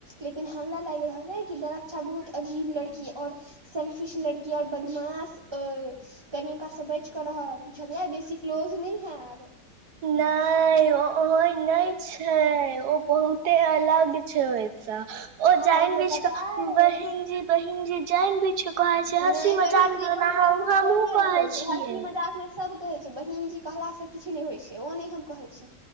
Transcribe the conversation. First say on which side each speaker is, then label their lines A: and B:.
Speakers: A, on the right; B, on the right.
A: लेकिन हमरा लाइग रहल है कि दरक्षा बहुत अजीब लड़की और सेल्फिश लड़की और बदमाश अऽ कनि ओकास से बच के रह बुझलिय क्लोज नय हैब
B: न ओ हं ने छै ओ बहुते अलग छै ओ
A: अहाँके
B: जैन बीछ
A: पता
B: कऽ
A: अइ
B: बहिन जी बहिन जी जैन बीछ कऽ कहै छै हँसी
A: नहि
B: मजाक
A: बहिन जी
B: मे
A: कहलाास
B: ओना हमहुँ
A: सऽ थोड़े
B: कहै
A: ने होइ छै
B: छियै
A: हँसी मजाक मे सभ कहै छै बहिन जी कहलाास से किछु नहि होइ छै ओ नहि हम कहै छी